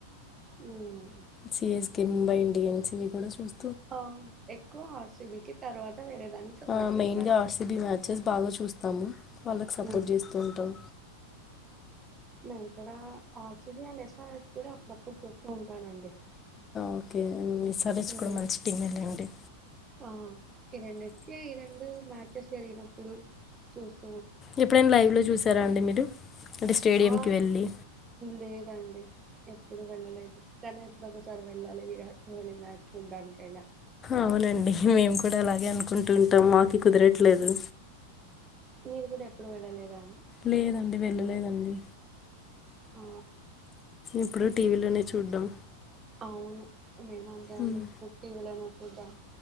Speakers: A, on the right; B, on the left.
A: హ్మ్
B: సిఎస్కే ముంబై ఇండియన్స్ ఇవి కూడా చూస్
A: ఆ ఎక్కువ ఆర్ సి బి కి తర్వాత వేరే దాన్ని సపోర్ట్
B: ఆ
A: చేస్తారు
B: మెయిన్ గా ఆర్సిబి మ్యాచెస్ బాగా చూస్ తము వాళ్ళకి సపోర్ట్
A: ఉమ్
B: చేస్తూ ఉంటాం
A: మేం కూడా ఆర్సీబీ అండ్ యస్ఆర్ హెచ్ కూడా అప్పుడప్పుడు చూస్తూ ఉంటానండి
B: ఓకే యస్ ఆర్ హెచ్
A: ఉమ్
B: కూడా మంచి టీమేలేండి
A: ఆ ఈ రెండింటికి రెండు మేచెస్ జరిగినప్పుడు చూస్త
B: ఎప్పుడైనా లైవ్లో చూసారా అండి మీరు అంటే స్టేడియంకి
A: ఆ
B: వెళ్ళి
A: లేదండి ఎప్పుడు వెళ్ళలేదు కానీ ఎప్పుడొ ఒకసారి వెళ్ళాలి విరాట్ కోహ్లీ మ్యాచ్ చూడ్డానికి ఐనా
B: అవునండి మేము కూడా అలాగే అనుకుంటు కొత్తమ్ మాకి కుదరట్లేదు
A: మీరు కూడా ఎప్పుడు వెళ్ళలే గానీ
B: లేదండి వెళ్ళలేదండి
A: ఆ
B: ఎప్పుడూ టీవీలోనే చూడ్డం
A: అవును <unintelligible>
B: ఉమ్,
A: కుద